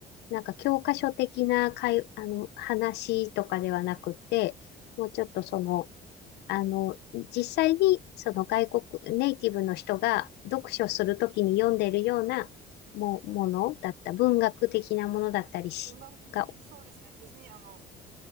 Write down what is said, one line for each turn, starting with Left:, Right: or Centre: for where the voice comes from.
Left: なんか教科書的な会、あの、話とかではなくて、もうちょっとその、あの、実際にその外国、ネイティブの人が読書するときに読んでるようなも、ものだった、文学的なものだったりし、
Right: 文学的に、
Left: が、
Right: そうですね。別にあの、